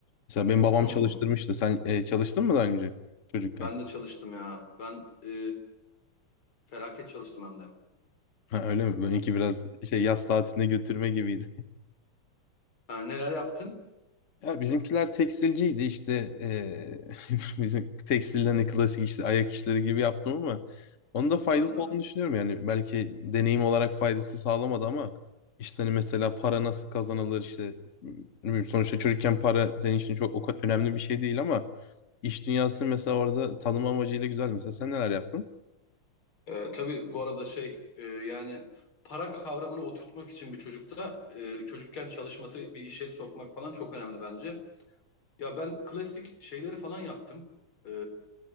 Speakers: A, on the left (about 45°); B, on the left (about 70°).
A: Mesela benim babam
B: hı.
A: çalıştırmıştı. Sen e, çalıştın mı daha önce çocukken?
B: Ben de çalıştım ya. Ben e, felaket çalıştım hem de.
A: Ha, öyle mi? Benimki biraz şey yaz tatiline götürme gibiydi.
B: Ha, neler yaptın?
A: Ya bizimkiler tekstilciydi işte eee, <laughs> bizim tekstilden de klasik işte ayak işleri gibi yaptım ama onun da faydası
B: Anladım.
A: olduğunu düşünüyorum yani belki deneyim olarak faydası sağlamadı ama işte hani mesela para nasıl kazanılır işte ne bileyim, sonuçta çocukken para senin için çok o kadar önemli bir şey değil ama iş dünyası mesela orada tanım amacıyla güzel mesela sen neler yaptın?
B: E, tabii bu arada şey e, yani para kavramını oturtmak için bir çocukta e, çocukken çalışması bir işe sokmak falan çok önemli bence. Ya ben klasik şeyleri falan yaptım. E,